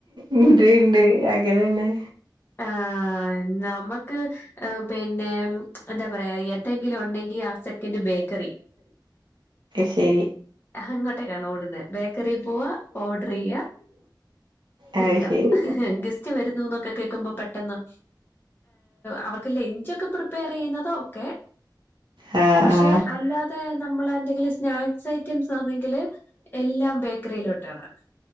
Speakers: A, on the right (about 75°); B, on the left (about 25°).
A: ഉന്ത് ഉണ്ട് അങ്ങനന്നെ
B: ആഹ് നമുക്ക് പിന്നെ എന്താ പറയാ എന്തെങ്കിലും ഉണ്ടെങ്കിൽ ആ സെക്കൻഡ് ബേക്കറി
A: ശരി
B: അങ്ങോട്ടേക്കാണ് ഓടുന്നേ ബേക്കറിൽ പോവാ ഓർഡർ ചെയ്യ-
A: അത്
B: എടുക്ക
A: ശരി കുടിക്കുക
B: ഗസ്റ്റ് വരുന്നു എന്നൊക്കെ കേ ക്ക്മ്പൊ പെട്ടെന്ന് അവർക്ക് ലഞ്ചൊക്കെ പ്രിപ്പയർ ചെയ്യുന്നതോക്കെ-
A: ആ
B: പക്ഷെ
A: ആ
B: അല്ലാതെ നമ്മള് എന്തെങ്കിലും സ്നാക്സ് ഐറ്റംസാണെങ്കില്- എല്ലാം ബേക്കറിയിലോട്ടാണ്